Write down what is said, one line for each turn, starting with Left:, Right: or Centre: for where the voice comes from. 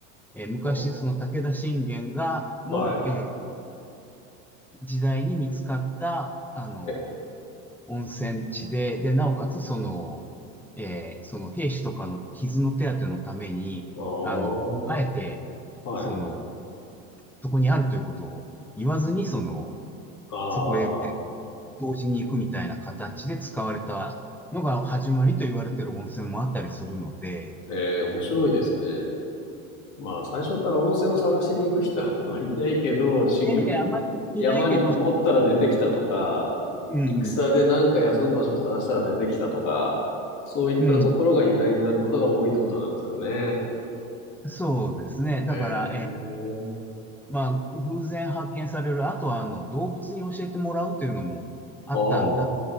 Centre: う、えー昔、
Left: あ
Centre: その武田信玄が、
Left: はい。
Centre: の、えー時代に見つかった、あの、
Left: え、
Centre: 温泉地で、で、なおかつ、その、えーその兵士とかの傷の手当てのために、
Left: ああ、
Centre: あの、あえて、
Left: はい。
Centre: その、そこにあるということを言わずに、その、
Left: あ
Centre: そこへ
Left: あ、
Centre: 同時に行くみたいな形で使われたのが始まりと言われてる温泉もあったりするので、
Left: ええ、面白いですね。まあ、最初から温泉を探しに行く人はあまりいないけど、<laughs> 修行で
Centre: ええ、あまりいないけど、
Left: 山にこもったら出てきたとか、
Centre: うん、うん、
Left: 戦でなんか休む場所を探したら出てきたとか、そういったところが由来になることが多いってことなんですかね。
Centre: うん。そうですね。だから、
Left: へえ。
Centre: ええ、まあ、偶然発見される、あとは、あの、動物に教えてもらうというのもあったんだ。
Left: ああ、